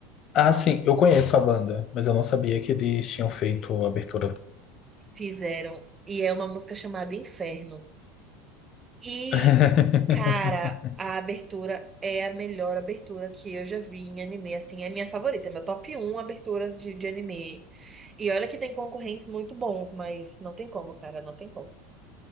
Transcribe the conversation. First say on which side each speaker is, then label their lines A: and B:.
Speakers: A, on the left; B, on the right.
A: Ah, sim, eu conheço a banda, mas eu não sabia que eles tinham feito a abertura.
B: Fizeram e é uma música chamada Inferno. E,
A: <laughs>
B: cara, a abertura é a melhor abertura que eu já vi em anime, assim, é a minha favorita, é meu top um aberturas de, de anime. E olha que tem concorrentes muito bons, mas não tem como, cara, não tem como.